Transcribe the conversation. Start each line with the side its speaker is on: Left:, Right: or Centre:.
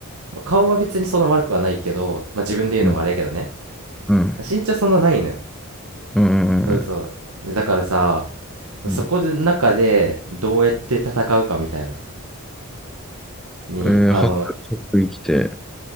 Right: まあ顔は別にそんな悪くはないけど、まあ、自分で言うのもあれやけどね。
Centre: うん、うん、
Right: まあ身長そんなないのよ。
Centre: うん、うん、
Right: そうそう。
Centre: うん。
Right: だからさ、
Centre: うん
Right: そこで中でどうやって戦うかみたいな。に、
Centre: えー、
Right: あの、
Centre: 白、白着て、